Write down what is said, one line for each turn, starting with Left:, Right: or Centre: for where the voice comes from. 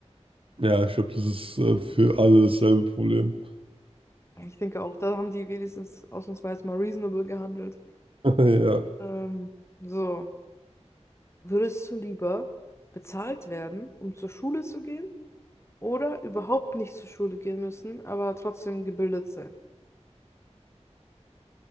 Right: Ja, ich glaube, das ist äh, für alle dasselbe Problem.
Left: Ich denke auch, da haben die wenigstens ausnahmsweise mal reasonable gehandelt.
Right: <laughs> Ja.
Left: Ähm, so. Würdest du lieber bezahlt werden, um zur Schule zu gehen, oder überhaupt nicht zur Schule gehen müssen, aber trotzdem gebildet sein?